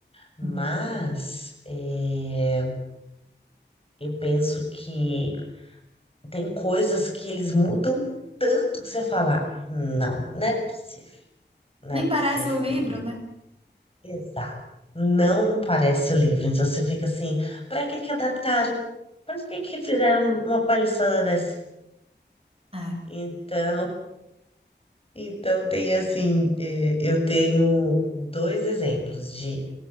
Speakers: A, on the left; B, on the right.
A: Mas
B: uhum.
A: eh, eu penso que tem coisas que eles mudam tanto que você fala, não, não é possível, não
B: Nem
A: é possível
B: parece o livro,
A: que.
B: né?
A: Exato. Não parece o livro, então você fica assim, para que que adaptaram? Para que que fizeram uma palhaçada dessa?
B: É,
A: Então. Então, tem assim, eh, eu tenho dois exemplos de